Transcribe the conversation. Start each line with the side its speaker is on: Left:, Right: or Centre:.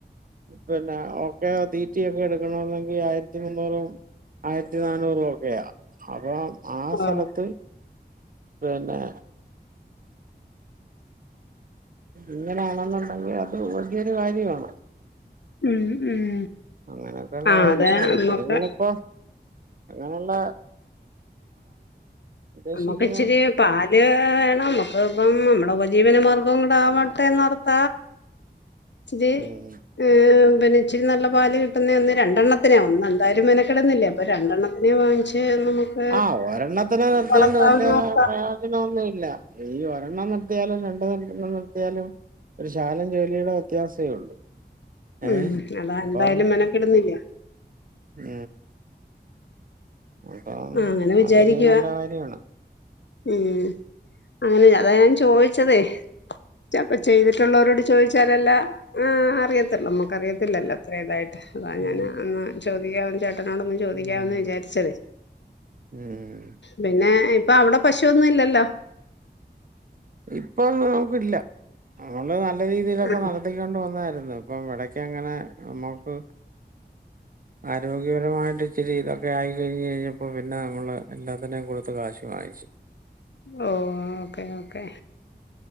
Right: പിന്നെ ഒക്കെ തീറ്റിയ ഒക്കെ എടുക്കണെങ്കി ആയിരത്തി മുന്നൂറും ആയിരത്തി നന്നൂറൂപ ഒക്കെയാ അപ്പൊ ആ സ്ഥലത്ത്
Left: ആഹ്
Right: പിന്നെ ഇങ്ങനാണെന്നുണ്ടെങ്കിൽ അത് വലിയൊരു കാര്യമാണ്
Left: ഉം ഉം
Right: അങ്ങനെയൊക്കെയള്ള
Left: ആഹ്
Right: കാര്യങ്ങളുണ്ട്
Left: അതെ നമ്മക്ക്
Right: നിങ്ങളിപ്പോൊ അങ്ങനുള്ള ഉദ്ദേശിക്കുന്നത്
Left: നമ്മുക്ക് ഇച്ചിരി പാല് വണം നമ്മുക്ക് ഇപ്പം നമ്മ ഉോപജീവന മാർഗം കൂട ആാവട്ടെന്ന്ർത്ത ഇത്
Right: ഉം
Left: ഏ അെ ഇച്ചിരി നല്ല പാല് കിട്ടുന്ന ഒന്ന് രണ്ടെണ്ണനെ ഒന്ന എന്തായാലും മനക്കിടുന്നില്ലേ അപ്പോൾ രണ്ടെണ്ണത്തിനെ വാങ്ങിച്ച് നമുക്ക്
Right: ആഹ് ഒരെണ്ണത്തിനന് നിത്തിണ്ട്
Left: വളർത്താവുന്നോർത്താ
Right: വല പ്രയോജനം ഒന്നും ഇല്ല ഈ ഒരെണ്ണം നിർത്തിയാലും രണ്ട നണ്ണം നിർത്തിയാലും ഒരു ശാലം ജോലിയുടെ വ്യത്യാസമേ ഉള്ളൂ ഏഹ്
Left: ഉം അതാ
Right: അപ്പം
Left: എന്തായാലും മനക്കിടുന്നില്ല
Right: ഉം അപ്പം
Left: ആ അങ്ങനെ വിചാരിക്കവാ
Right: അതൊരു നല്ല കാര്യാണ്
Left: ഉം അങ്ങനെ അതാ ഞാൻ ചോദിച്ചതേ അപ്പ ചെയ്തിട്ടുള്ളവരോട് ചോദിച്ചാലല്ല ആ അറിയത്തില്ലോ നമുക്കറിയത്തില്ലല്ലോ അത്ര ഇതായിട്ട് അതാ
Right: ഉം
Left: ഞാൻ അന്ന് ചോദിക്കാ ോ ചോദിക്കന്ന്
Right: ഉം
Left: വിചാരിച്ചത്
Right: ഉം
Left: പിന്നെ ഏ ഇപ്പൊ അവിടെ പശുൊന്നും ഇല്ലല്ലോ
Right: ഇപ്പൊന്നും നമുക്കില്ല നമ്മള് നല്ല രീതിയിലൊക്കെ
Left: ആ
Right: നടത്തിക്കൊണ്ട് വന്നായിരുന്നു ഇപ്പം ഇടക്ക് അങ്ങനെ നമ്മുക്ക്
Left: ഉ
Right: ആരോഗ്യപരമായിട്ട് ഇച്ചിരി ഇതൊക്കെ ആയി കഴിഞ്ഞ് കഴിഞ്ഞപ്പോ പിന്നെ നമ്മള് എല്ലാത്തിനെയും കൊടുത്ത് കാശ് വാങ്ങിച്ചു ശ
Left: ഓ ഓക്കെ ഓക്കേ